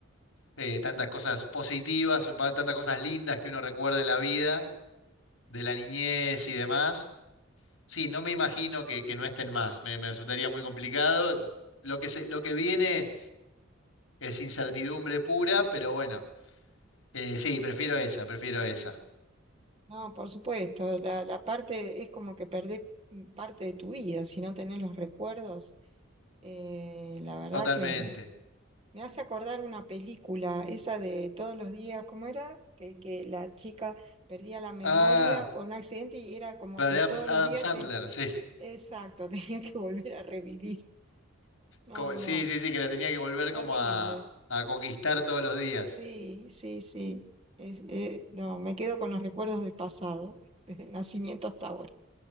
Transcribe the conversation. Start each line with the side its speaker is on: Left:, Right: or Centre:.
Left: eh, tantas cosas positivas, va- tantas cosas lindas que uno recuerda en la vida. de la niñez y demás. Sí, no me imagino que, que no estén más, me, me resultaría muy complicado. Lo que se- lo que viene es incertidumbre pura, pero bueno, eh, sí, prefiero esa, prefiero esa,
Right: No, por supuesto, la, la parte es como que perdés mm, parte de tu vida si no tenés los recuerdos. Eh, la verdad
Left: totalmente.
Right: que me hace acordar una película, esa de todos los días, ¿cómo era? Que, que la chica perdía la memoria
Left: Ah,
Right: por un accidente y era como
Left: la
Right: que
Left: de Adam,
Right: todos
Left: Adam
Right: los días
Left: Sandler,
Right: te...
Left: sí.
Right: Exacto, <laughs> tenía que volver a revivir. No,
Left: Como- sí,
Right: no,
Left: sí, sí, que la tenía que volver
Right: terrible.
Left: como a, a conquistar todos los días.
Right: Sí, sí, sí. Es- eh, no, me quedo con los recuerdos del pasado, <laughs> desde el nacimiento hasta ahora.